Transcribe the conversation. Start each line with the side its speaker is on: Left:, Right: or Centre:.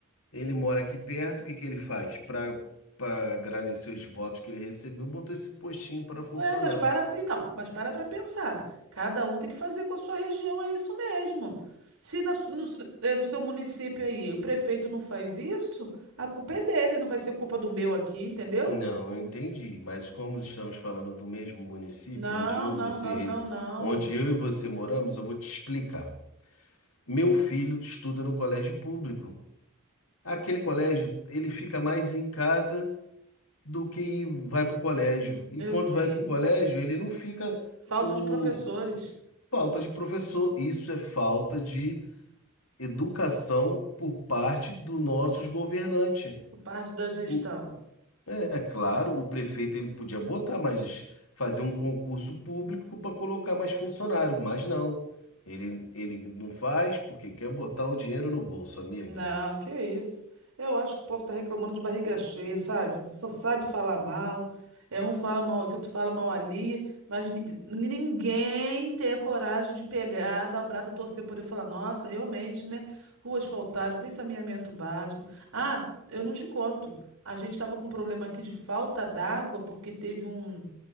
Left: Ele mora aqui perto, o que que ele faz? Para para agradecer os votos que ele recebeu, botou esse postinho para funcionar.
Right: Ué, mas para, pra- então, mas para para pensar. Cada um tem que fazer com a sua região, é isso mesmo. Se na su- no, su- é, no seu município aí o prefeito não faz isso, a culpa é dele, não vai ser culpa do meu aqui, entendeu?
Left: Não, eu entendi, mas como estamos falando do mesmo município
Right: Não,
Left: onde eu
Right: não,
Left: e você,
Right: não,
Left: re-
Right: não, não.
Left: onde eu e você moramos, eu vou te explicar. Meu filho estuda no colégio público. Aquele colégio, ele fica mais em casa do que ir- vai para o colégio. E
Right: Eu
Left: quando
Right: sei.
Left: vai para o colégio, ele não fica
Right: Falta
Left: o
Right: de professores
Left: falta de professor. Isso é falta de educação por parte dos nossos governantes.
Right: por parte da gestão.
Left: O- É claro, o prefeito ele podia botar, mas fazer um concurso público para colocar mais funcionário, mas não. Ele, ele não faz porque quer botar o dinheiro no bolso, amiga.
Right: Não, que isso. Eu acho que o povo tá reclamando de barriga cheia, sabe? Só sabe falar mal. É um fala mal aqui, outro fala mal ali, mas ningu- ninguém tem a coragem de pegar, dar o braço a torcer, poder falar, nossa, realmente, né? Ruas faltaram, tem saneamento básico. Ah, eu não te conto. A gente estava com um problema aqui de falta d'água, porque teve um.